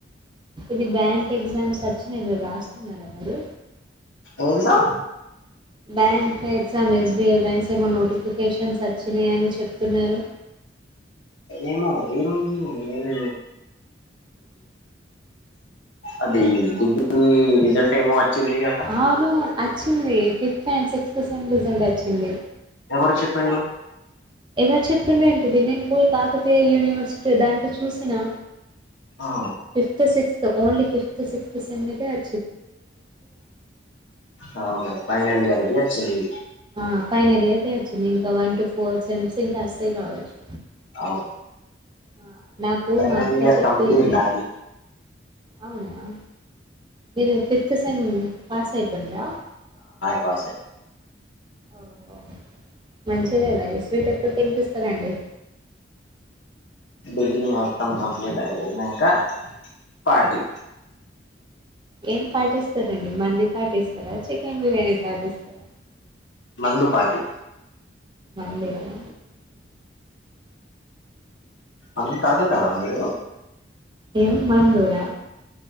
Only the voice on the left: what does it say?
ఒందా
ఏమో ఈరోజు నేను అది డిగ్రీ రిజల్ట్ ఏమో వచ్చింది అట
ఎవరు చెప్పిండు
ఆ
ఆ అవును ఫైనల్ ది కల్పి వచ్చింది
అవును
ఫైనల్
ఇయర్
కంప్లీట్ నాది
పాసె
డిగ్రీ మొత్తం కంప్లీట్ అయ్యినంక పార్టీ
మందు పార్టీ
మన్ తాగుతారా మీరు